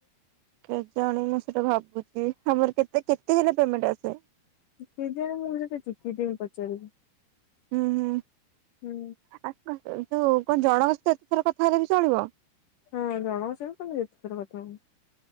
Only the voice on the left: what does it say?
କେଜାଣି ମୁଁ ସେଇଟା ଚିକି ଦେଇକି ପଚାରିବି।
ହୁଁ।
ହଁ ଜଣଙ୍କ ସହି ବି ତମେ ଯେତଥର କଥା ହବ।